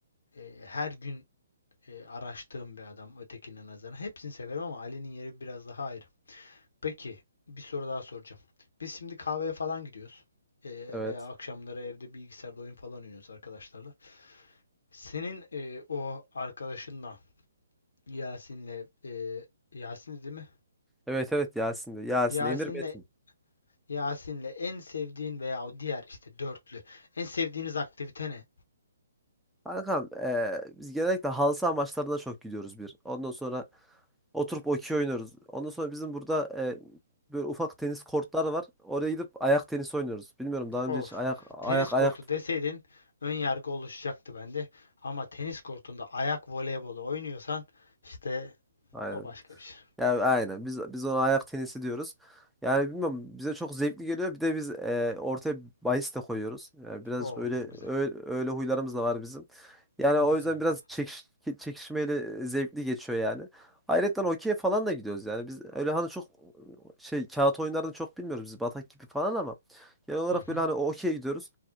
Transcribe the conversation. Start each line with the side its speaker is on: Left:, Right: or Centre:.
Left: e, her gün e, araştığım bir adam ötekine nazaran. Hepsini severim ama Ali'nin yeri biraz daha ayrı. Peki bir soru daha soracağım. Biz şimdi kahveye falan gidiyoruz. Ee,
Centre: Evet.
Left: veya akşamları evde bilgisayarda oyun falan oynuyoruz arkadaşlarla. Senin e, o arkadaşınla Yasin'le e, Yasin değil mi?
Centre: Evet evet Yasin'de. Yasin,
Left: Yasin'le
Centre: Emir, Metin.
Left: Yasin'le en sevdiğin veya o diğer işte dörtlü en sevdiğiniz aktivite ne?
Centre: Kankam e, biz genellikle halı saha maçlarına çok gidiyoruz bir. Ondan sonra oturup okey oynuyoruz. Ondan sonra bizim burada e, böyle ufak tenis kortları var. Oraya gidip ayak tenisi oynuyoruz. Bilmiyorum daha önce
Left: Of.
Centre: hiç ayak ayak
Left: Tenis
Centre: ayak.
Left: kortu deseydin ön yargı oluşacaktı bende. Ama tenis kortunda ayak voleybolu oynuyorsan işte
Centre: Aynen.
Left: o başka bir şey.
Centre: Yani aynen. Biz biz ona ayak tenisi diyoruz. Yani bilmiyorum bize çok zevkli geliyor. Bir de biz e, ortaya bahis de koyuyoruz. Yani birazcık
Left: Oo
Centre: öyle
Left: güzel.
Centre: öyle, öyle huylarımız da var bizim. Yani
Left: Güzel
Centre: o yüzden biraz
Left: güzel.
Centre: çekiş, çekişmeyle zevkli geçiyor yani. Ayrıca okey falan da gidiyoruz yani. Biz öyle hani çok şey kağıt oyunlarını çok bilmiyoruz biz batak gibi falan ama genel olarak
Left: Hı hı.
Centre: böyle hani okey gidiyoruz.